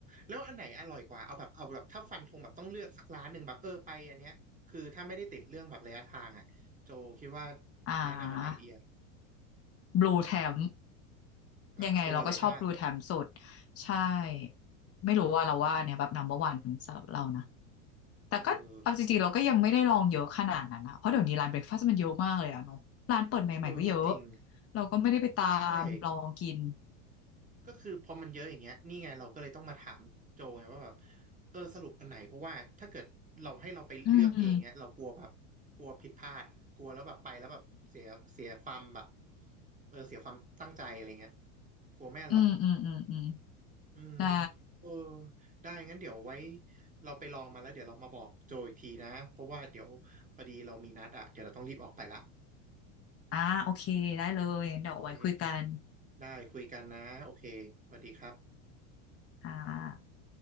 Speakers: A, on the right; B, on the left.
A: แล้วอันไหนอร่อยกว่าเอาแบบเอาแบบถ้าฟันธงแบบต้องเลือกสักร้านหนึ่งแบบเออไปอันเนี้ยคือถ้าไม่ได้ติดเรื่องแบบระยะทางอ่ะโจคิดว่า
B: อ่า
A: แนะนำอันไหนดีอะ
B: บลูแทม
A: แบบชัวร์เลยใช่ป่ะ
B: ยังไงเราก็ชอบบลูแทมสุดใช่ไม่รู้ว่าเราว่าอันเนี่ยแบบ number one สำหรับเรานะ แต่ก็เอาจริงๆเราก็ยังไม่ได้ลองเยอะขนาดนั้นนะเพราะเดี๋ยวนี้ร้านเบรคฟาสต์มันเยอะมากเลยอะเนาะร้านเปิดใหม่ๆก็เยอะ
A: เออเออก็จริง
B: เราก็ไม่ได้ไปตามลองกิน
A: ก็ใช่ ก็คือพอมันเยอะอย่างเงี้ยนี่ไงเราก็เลยต้องมาถามโจไงว่าแบบเออสรุปอันไหนเพราะว่าถ้าเกิดเราให้เราไปเลือกเองเงี้ยเรากลัวแบบกลัวผิดพลาดกลัวแล้วแบบไปแล้วแบบเสียเสียความแบบ
B: อืมอ
A: เออเสียความตั้งใจอะไรเงี้ยกลัวไม่อร่อย
B: ืมอืมอืมอืม
A: อืม
B: ได้
A: เออได้งั้นเดี๋ยวไว้เราไปลองมาแล้วเดี๋ยวเรามาบอกโจอีกทีนะเพราะว่าเดี๋ยวพอดีเรามีนัดอ่ะเดี๋ยวเราต้องรีบออกไปละ
B: อ่าโอเคได้เลยงั้นเดี๋ยวเอาไว้คุยกัน
A: โอเคได้คุยกันนะโอเคสวัสดีครับ
B: อ่า